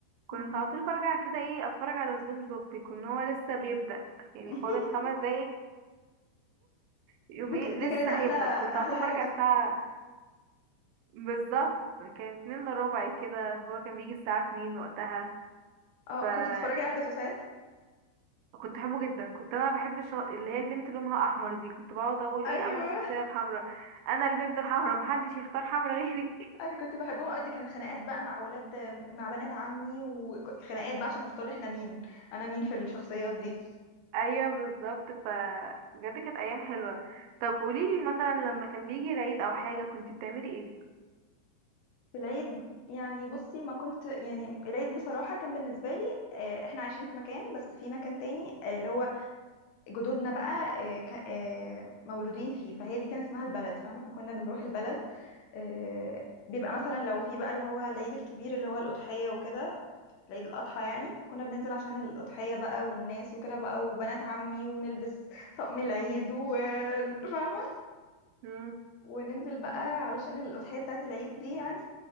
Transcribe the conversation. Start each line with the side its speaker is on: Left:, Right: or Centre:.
Right: كنت
Left: مم.
Right: على طول برجع كده ايه اتفرج على سبونج بوب بيكون هو لسه بيبدأ يعني
Left: <laughs>
Right: فاضل خمس دقايق يوم
Left: دي
Right: ايه
Left: ك- دي
Right: لسه
Left: كانت احلى
Right: هيبدأ كنت
Left: احلى
Right: على طول
Left: حاجه
Right: برجع
Left: بتف...
Right: الساعة بالظبط كان اتنين الا ربع كده هو كان بيجي الساعة اتنين وقتها
Left: اه
Right: فكنت
Left: كنت بتتفرجي على الجاسوسات
Right: بحبه جدا كنت انا بحب الش... اللي هي البنت اللي لونها احمر دي كنت بقعد اقول
Left: ايوه
Right: ايه انا الشخصية الحمراء انا البنت الحمراء محدش يختار حمراء غيري
Left: انا كنت بحبهم قوي دي كانت خناقات بقى مع اولاد مع بنات عمي وخناقات بقى عشان نختار احنا مين انا مين في الشخصيات دي
Right: ايوه بالظبط ف بجد كانت ايام حلوه طب قوليلي مثلا لما كان بيجي العيد او حاجه كنت بتعملي ايه
Left: في العيد يعني بصي ما كنت يعني العيد بصراحة كان بالنسبة لي آه، احنا عايشين في مكان بس في مكان تاني آه، اللي هو جدودنا بقى آه، ك- آه، مولودين فيه فهي دي كان اسمها البلد فاهمة فكنا بنروح البلد آه، بيبقى مثلا لو في بقى اللي هو العيد الكبير اللي هو الأضحية وكده العيد الأضحى يعني فكنا بننزل عشان الأضحية بقى والناس وكده بقى وبنات عمي ونلبس طقم العيد وفاهمة
Right: مم.
Left: وننزل بقى علشان الأضحية بتاعت العيد دي يعني